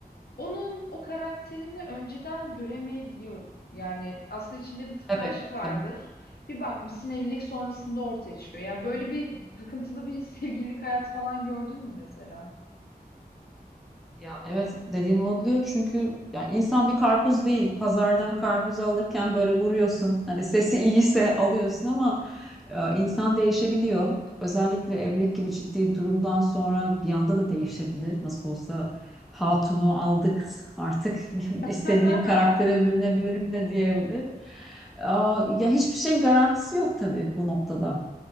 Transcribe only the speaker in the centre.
Tabii,
tabii.
Ya evet dediğin olabiliyor çünkü ya insan bir karpuz değil. Pazardan karpuzu alırken böyle vuruyorsun. Hani sesi iyiyse alıyorsun ama Ee, İnsan değişebiliyor. Özellikle evlilik gibi ciddi durumdan sonra bir anda da değişebilir. Nasıl olsa hatunu aldık artık <laughs>
istediğim karaktere bürünebilirim de diyebilir. Aa, Ya hiçbir şeyin garantisi yok tabii bu noktada.